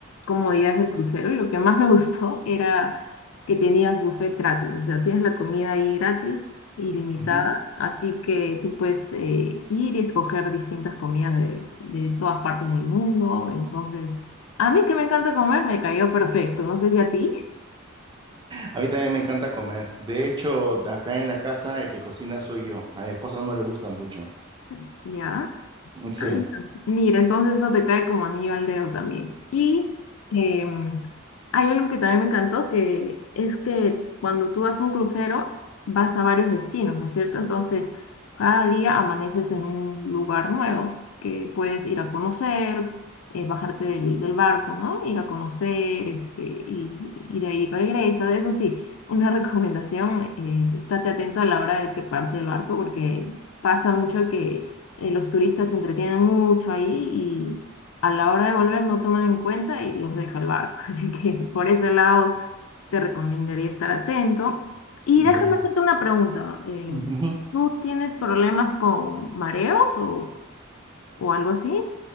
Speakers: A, on the left; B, on the right.
A: comodidades del crucero. Y lo que más me <laughs> gustó era que tenías buffet gratis, o sea, tienes la comida ahí gratis, ilimitada,
B: ujú.
A: así que tú puedes eh, ir y escoger distintas comidas de, de todas partes del mundo. Entonces, a mí que me encanta comer, me cayó perfecto. No sé si a ti,
B: A mí también me encanta comer. De hecho, acá en la casa el que cocina soy yo. A mi esposa no le gusta mucho.
A: <laughs> ¿ya?
B: Sí.
A: ah está. Mira, entonces eso te cae como anillo al dedo también. Y em, hay algo que también me encantó, que es que cuando tú vas a un crucero, vas a varios destinos, ¿no es cierto? Entonces, cada día amaneces en un lugar nuevo que puedes ir a conocer, eh, bajarte del, del barco, ¿no? Ir a conocer, este, y, y de ahí regresa. De Eso sí, una <laughs> recomendación, eh, estate atento a la hora de que parte el barco, porque pasa mucho que eh, los turistas se entretienen mucho ahí y a la hora de volver no toman en cuenta y los deja el barco. <laughs> Así que por ese lado te recomendaría estar atento. Y déjame
B: Ya.
A: hacerte una pregunta. eh,
B: Ujú.
A: ¿tú tienes problemas con mareos o, o algo así